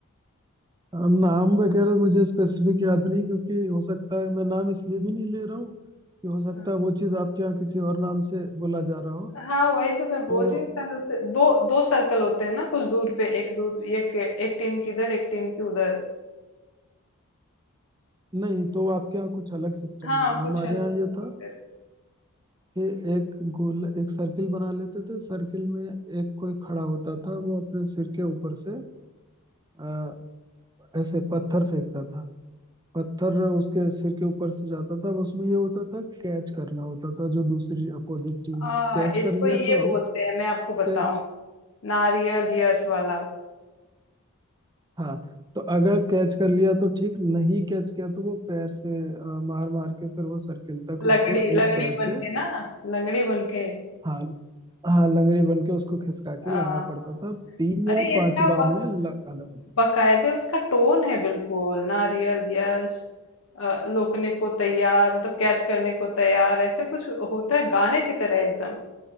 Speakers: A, on the right (about 20°); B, on the left (about 70°).
A: अ, नाम वगैरह मुझे स्पेसिफिक याद नहीं क्योंकि हो सकता है मैं नाम इसलिए भी नहीं ले रहा हूँ कि हो सकता
B: हाँ।
A: है वो चीज़ आपके यहाँ किसी और नाम से बोला जा रहा हो
B: हाँ वही तो मैं बोल
A: तो
B: रही हूँ शायद उसे दो दो सर्कल होते हैं ना कुछ दूर पे एक दूर एक एक टीम की इधर एक टीम की उधर
A: नहीं तो आपके यहाँ कुछ अलग सिस्टम
B: हाँ
A: होगा
B: कुछ
A: हमारे
B: अलग
A: यहाँ
B: होगा
A: ये था
B: फिर
A: कि एक गोल एक सर्किल बना लेते थे सर्किल में एक कोई खड़ा होता था वो अपने सिर के ऊपर से आ, ऐसे पत्थर फेंकता था पत्थर उसके सिर के ऊपर से जाता था अब उसमें ये होता था कैच करना होता था जो दूसरी अपोजिट टीम
B: हाँ
A: ने कैच
B: इसको
A: कर लिया
B: ये
A: तो आउट
B: बोलते हैं मैं आपको बताऊं
A: कैच
B: नारियल यस वाला
A: हाँ तो अगर कैच कर लिया तो ठीक नहीं कैच किया तो वो पैर से आ, मार मार के फिर वो सर्किल तक
B: लंगड़ी
A: उसको
B: लंगड़ी
A: एक पैर
B: बन
A: से
B: के ना लंगड़ी बन के
A: हाँ हाँ लंगड़ी बन के उसको खिसका के
B: हाँ
A: लाना पड़ता था तीन
B: अरे
A: या पांच
B: इसका
A: बार
B: बक,
A: में लगाना पड़ता था।
B: बकायदे उसका टोन है बिल्कुल नारियल यस लोकने को तैयार मतलब कैच करने को तैयार ऐसे कुछ होता है गाने की तरह एकदम